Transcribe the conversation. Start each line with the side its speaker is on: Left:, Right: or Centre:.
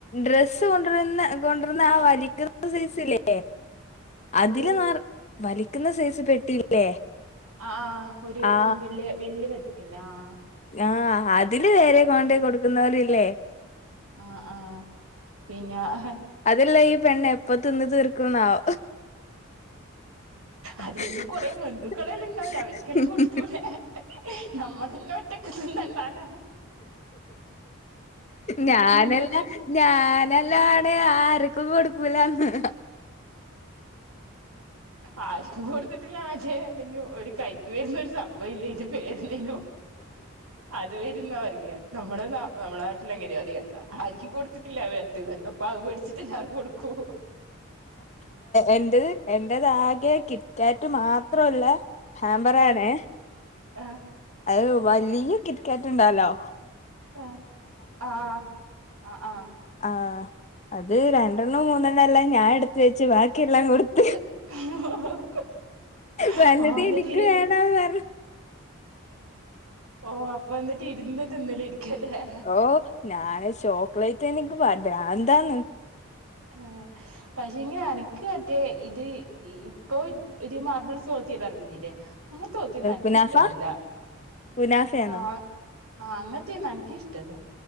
Left: ഡ്രസ്സ് കൊണ്ടരുന്ന കൊണ്ടുരുന്ന ആ വലിക്കുന്ന സൈസ് ല്ലേ അതില്
Right: ഏത്
Left: നർ വലിക്കുന്ന സൈസ് പെട്ടിയില്ലേ
Right: ആ ഒരു
Left: ആ
Right: വല്യ വല്യ പെട്ടില്ലേ ആ
Left: ആ അതില് വരെ കൊണ്ടോയി കൊടുക്കുന്നരില്ലേ
Right: ആ ആ പിന്നെ ആ
Left: അതല്ല ഈ പെണ്ണ് എപ്പ തിന്ന് തീർക്കുന്നാവ
Right: അതന്
Left: തീർക്കുന്നാവോ
Right: കൊറെ ബന്ധുക്കളെല്ലാം ഇണ്ടാവല അവര്ക്കെല്ലാം കൊടുത്തൂടെ നമ്മ പിന്നെ ഒറ്റക്ക് തിന്നണ്ടാല്ലോ
Left: ഞാനല്ല
Right: ബന്ധുക്ക്
Left: ഞാനല്ലാണ് ആർക്കും കൊടുക്കൂലാന്ന്
Right: ആർക്കും കൊട് ട്ടില്ല ആജെ എന്ത ഒരു കൈക്ക് വരുന്നൊ ഒരു സംഭവം ഇല്ല ഇന്റെ പേരെന്ത്യനു അത് വര്ന്നാ പറിയ നമ്മള ന നമ്മളെ നാട്ടില അങ്ങനെ പറിയ ആര്ക്കും കൊടുത്തി ല്ല വര <unintelligible> അപ്പൊ അത് പേടിച്ചിട്ട് എല്ലാം കൊടുക്കു
Left: എന്റേത് എന്റെതാകെ കി കാറ്റ് മാത്രള്ള ഹാമ്പറ
Right: ആഹ്
Left: ആണേ
Right: ആഹ്
Left: അത് വലിയ കിറ്റ്ക്കറ്റ് ഇണ്ടാലോ
Right: ആ ആ ആ ആ
Left: ആ അത് രണ്ടെണ്ണം മൂന്നെണ്ണല്ലാം ഞാൻ എടുത്ത വെച്ച് ബാക്കിയെല്ലാം കൊടുത്
Right: <inaudible>
Left: വലുത്
Right: ഓ എന്നിട്ട്
Left: എനിക്ക്
Right: ഇ
Left: വേണം പറഞ്
Right: ഓ അപ്പന്നിട്ട് ഇരുന്ന് തിന്നല രിക്കല്ലേ
Left: ഓ ഞാന് ചോക്ലേറ്റ് എനിക്ക് പ ഭ്രാന്താണ്
Right: ആ പക്ഷേങ്കില് അനക്ക് മറ്റേ ഇത് ഇപ്പൊ ഒരു മാർബിൾ സോത്തിയല ഇറങ്ങുന്നല്ലേ അങ്ങ തോത്തി ന്നും എനക്ക്
Left: കുനാഫ
Right: ഇഷ്ടല്ല
Left: കുനാഫയാണോ
Right: ആ ആ അങ്ങനത്തെയന്നും എനക്കഷ്ട്ടല്ല